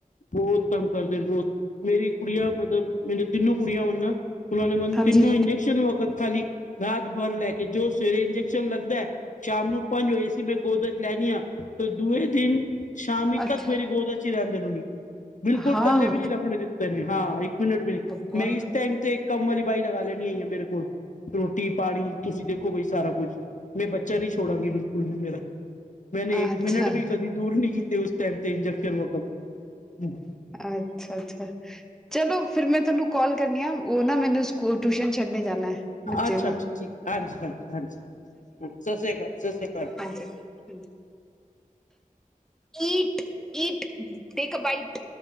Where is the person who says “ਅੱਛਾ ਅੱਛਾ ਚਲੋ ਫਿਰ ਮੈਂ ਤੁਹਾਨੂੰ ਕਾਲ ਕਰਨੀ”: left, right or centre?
Centre